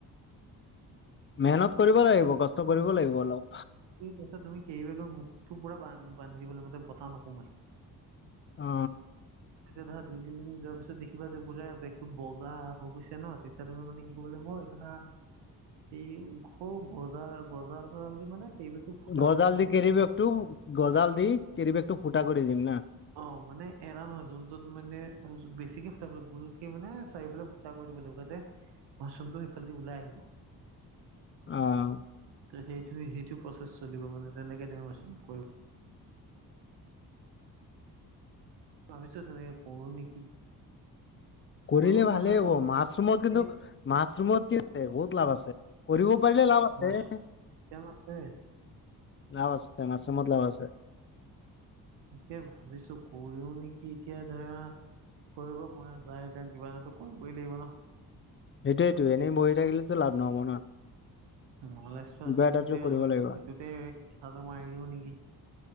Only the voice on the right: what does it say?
ছত তুমি কেইবেগৰ মুখটো পুৰা বান্ধ বান্ধি দিব ল মতে বতাহ নোসোমাই।
তেতিয়া ধৰা দুই তিনি -দিন যোৱাৰ পিছত দেখিবা যে পুৰা বেগতটো বগা হৈ গৈছে ন তেতিয়া তুমি মানে কি কলে মই হা এই ঘৰু গজাল- গজাল জাল দি মানে কেৰি বেগটো ফুটা
ফুটা কৰি
অ মানে এৰা নহয়। যোন য'ত মানে বেছিকে ফুটা গোলকে মানে চাৰিওফালে কৰি দিব লাগিবা মাছৰুমটো, সেইফালেদি ওলাই আহিব।
ত সেইটো সেইটো প্ৰচেছ চলিব মানে তেনেকে তেওঁ কৰিব। ভাবিছা তেনেকে কৰো নেকি?
কৰিব পৰা
যায় কৰিলে
এই
মাছৰুম কেতিয়াম আছে
তাকে ভাবিছো কৰিও নেকি এতিয়া ধৰা। কৰিব পৰা যায় কাৰণে কিবা এটা কৰিবই লাগিব ন।
নলেজটো
আছে
তেতিয়া
অলপ
সেইটোতে কথাটো মাৰি দিওঁ নেকি?